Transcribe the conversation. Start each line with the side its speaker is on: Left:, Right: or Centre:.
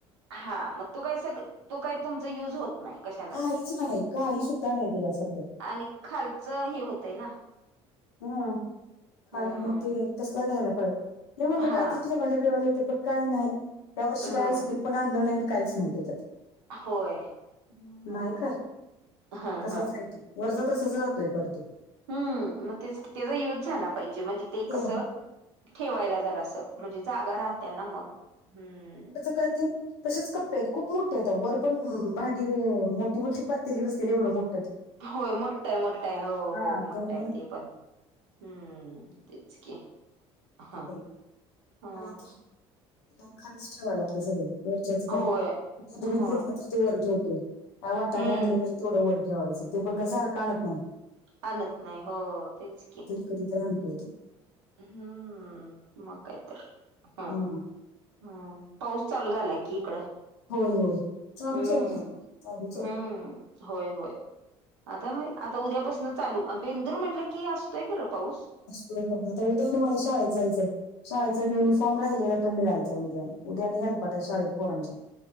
Right: हा मग तो काय सग तो काही तुमचा युज होत नाही कशालाच
Left: काहीच नाही काही सुद्धा नाही त्याच्यात सध्या
Right: आणि खालचं हे होतय ना
Left: हम खाली
Right: हम्म
Left: मग ते तसला घ्यायला पाहिजे नाही म्हणलं
Right: हा
Left: काहीतरी ठेवायला बिवायला इथं पण काय नाही त्या वर्षी
Right: हम्म
Left: काय आईस्क्रीम पण आणलं नाही काहीच नाही त्याच्यात
Right: होय हम
Left: नाही काय
Right: हा
Left: तसाच
Right: हा
Left: आहे तो वरचा तसाच राहतोय खरं तर
Right: हम्म मग तेच की त्याचा युज झाला पाहिजे म्हणजे ते
Left: हो
Right: कसं ठेवायला जरा असं म्हणजे जागा राहत्या ना मग हम्म
Left: करते तसेच कप्प आहेत खूप मोठे आहेत आहो वर पण भांडी मोठी मोठी पातेली बसतेली एवढं मोठ
Right: होय मोठाय मोठाय हो हो
Left: हा
Right: मोठा
Left: त्यामुळे
Right: आहे ते पण हम्म तेच की हा
Left: <unintelligible>
Right: हा
Left: पण आता काय खालीच ठेवा लागत सगळ वरच्याचं काय
Right: होय
Left: दूध बीध
Right: होय
Left: घेतलं तर ते वर ठेवतोय का वाटाने
Right: हम्म
Left: आणले तर तेवढं वर ठेवायचं ते पण काय सारखं आणत नाही
Right: आणत नाय हो तेच की
Left: कधी तर आणतोयतो.
Right: हम्म, मग काय तर हम
Left: हं.
Right: हम् पाऊस चालू झालाय की इकडं.
Left: होय होय चालूच
Right: हम्म
Left: आहे बाहेरम चालूच आहे.
Right: हम्म होय होय. आता हाय, आता उद्यापासन चालू बेंदूर म्हटलं की असतोय खरं पाऊस.
Left: असूद्या आता, उद्यान मला शाळाेत जायचंय. शाळेचा युनिफॉर्म राहिलेला तो मिळायचा उद्या, उद्या आणि हेलपटा आहे शाळेत पोरांच्या.